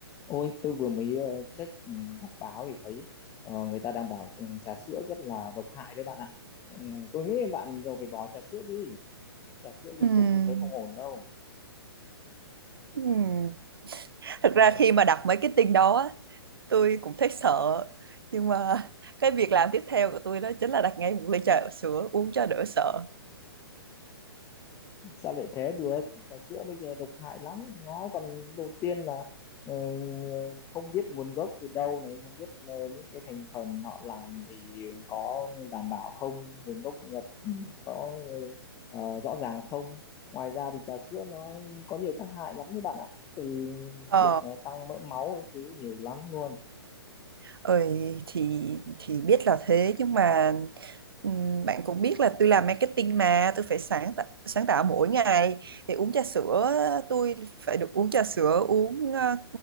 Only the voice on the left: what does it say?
Ôi, tôi vừa mới ờ, check ừ, đọc báo thì thấy ờ, người ta đang bảo ừ, trà sữa rất là độc hại đấy bạn ạ. Ừ, tôi nghĩ bạn giờ phải bỏ trà sữa đi. Trà sữa liên
tục như thế không ổn đâu.
sao lại thế được trà sữa bây giờ độc hại lắm nó còn đầu tiên là ờ, không biết nguồn gốc từ đâu này không biết ờ, những cái thành phần họ làm thì có đảm bảo không nguồn gốc nhập có ờ, rõ ràng không ngoài ra thì trà sữa nó có nhiều tác hại lắm đấy bạn ạ từ
việc ờ, tăng mỡ máu các thứ nhiều lắm luôn